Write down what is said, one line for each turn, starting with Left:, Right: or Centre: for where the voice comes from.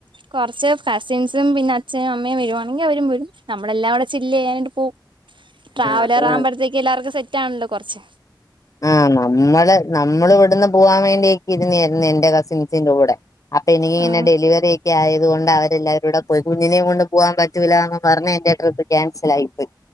Right: കൊർച്ച് കസിൻസും പിന്നെ അച്ഛനും അമ്മയും വരുവാണെങ്കിൽ അവരും വരും നമ്മളെല്ലാം വിടെ ചില്ല് ചെയ്യാനായിട്ട് പോവും ട്രാവലർ
Left: ആഹ് അത് വേണം.
Right: ആവുമ്പോഴത്തേക്ക് എല്ലാവർക്കും സെറ്റ്ആവണല്ലോ കുറച്ച്
Left: ആഹ് നമ്മള് നമ്മള് ഇവിടുന്ന് പോവാൻ വേണ്ടിക്കി ഇരുന്നായിരുന്നു എന്റെ കസിൻസിന്റെകൂടെ അപ്പൊ എനിക്കിങ്ങനെ
Right: ആ
Left: ഡെലിവറി ഒക്കെ ആയത കൊണ്ട് അവരെല്ലാവരും വ്ടെപോയി കുഞ്ഞിനെയും കൊണ്ട് പോകാൻ പറ്റൂല്ല എന്ന് പറഞ്ഞ് എന്റെ ട്രിപ്പ് ക്യാൻസൽ ആയി പോയി